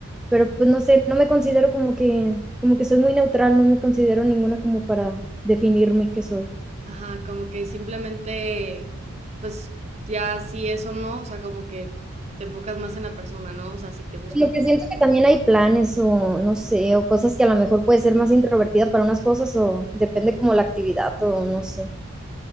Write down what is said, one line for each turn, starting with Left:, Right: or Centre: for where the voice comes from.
Centre: Pero pues no sé, no me considero como que, como que soy muy neutral, no me considero ninguna como para definirme qué soy.
Right: Ajá, como que simplemente, pues ya si eso no, o sea, como que te enfocas más en la persona, ¿no? O sea, si te gusta.
Centre: Lo que siento que también hay planes o no sé, o cosas que a lo mejor puede ser más introvertida para unas cosas o depende como la actividad o no sé.